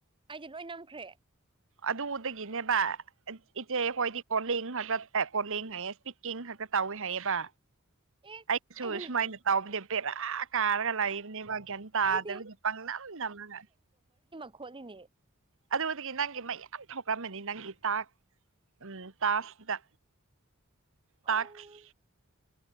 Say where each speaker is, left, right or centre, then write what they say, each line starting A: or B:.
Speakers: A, on the right; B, on the right.
A: ꯑꯩꯗꯤ ꯂꯣꯏ ꯅꯝꯈ꯭ꯔꯦ
B: ꯑꯗꯨꯗꯒꯤꯅꯦꯕ ꯏꯆꯦ ꯑꯩꯈꯣꯏꯗꯤ ꯀꯣꯂꯤꯡ ꯈꯛꯇ ꯀꯣꯂꯤꯡ ꯍꯥꯏꯌꯦ ꯏꯁꯄꯤꯛꯀꯤꯡ ꯈꯛꯇ ꯇꯧꯋꯤ ꯍꯥꯏꯌꯦꯕ
A: ꯑꯦ
B: ꯑꯩꯁꯨ
A: ꯑꯩꯗꯤ ꯅꯝ-
B: ꯁꯨꯃꯥꯏꯅ ꯇꯥꯎꯕꯗꯤ ꯄꯦꯔꯥ ꯀꯥꯔꯒ ꯂꯩꯥꯛꯕꯅꯦꯕ ꯒ꯭ꯌꯥꯟ ꯇꯥꯗ꯭ꯔꯕꯗꯤ
A: ꯑꯩꯗꯤ
B: ꯄꯥꯡꯅꯝ ꯅꯝꯂꯒ
A: ꯈꯣꯠꯂꯤꯅꯤ
B: ꯑꯗꯨꯗꯒꯤ ꯅꯪꯒꯤ ꯃꯩ ꯌꯥꯝ ꯊꯣꯛꯂꯛꯝꯃꯅꯤ ꯅꯪꯒꯤ ꯇ ꯎꯝ ꯇꯥꯀꯁꯤꯗ ꯇꯥꯛꯁ
A: ꯑꯣ